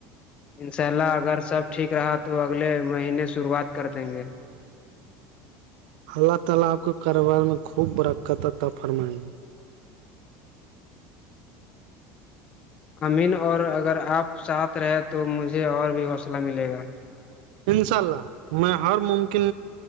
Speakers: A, on the left (about 20°); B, on the right (about 75°).
A: ان شاء اللہ اگر سب ٹھیک رہا تو اگلے مہینے شروعات کر دیں گے
B: اللہ تعالی آپ کے کاروبار میں خوب برکت تھا فرمائی
A: امین اور اگر آپ ساتھ رہے تو مجھے اور بھی حوصلہ ملے گا
B: انشاء اللہ میں ہر ممکن